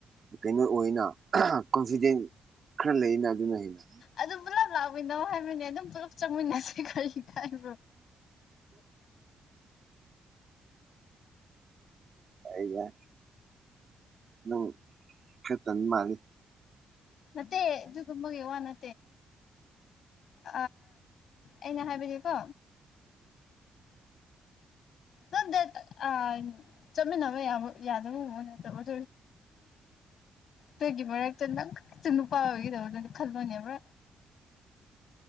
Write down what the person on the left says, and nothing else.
ꯑꯗꯨ ꯄꯨꯂꯞ ꯂꯥꯛꯃꯤꯟꯅꯣ ꯍꯥꯏꯕꯅꯦ ꯑꯗꯨꯝ ꯄꯨꯜꯂꯞ ꯆꯪꯃꯤꯟꯅꯁꯦ ꯈꯜꯂꯤ ꯍꯥꯏꯕꯨ
ꯅꯠꯇꯦ ꯑꯗꯨ ꯊꯃꯒ ꯌ ꯋꯥ ꯅ ꯑ ꯑꯩꯅ ꯍꯥꯏꯕꯁꯀꯣ <unintelligible> ꯗꯦ ꯑ ꯆꯠꯃꯤꯟꯅꯕ ꯌꯥꯕ ꯌꯥꯗꯕ ꯅꯠꯇꯕ ꯇꯒꯤꯕꯔ ꯆ ꯅꯪ ꯏꯆ ꯅꯨꯄꯥ ꯑꯣꯏꯒꯗꯧꯕꯗꯗꯤ ꯈꯜꯂꯅꯦꯕ꯭ꯔꯥ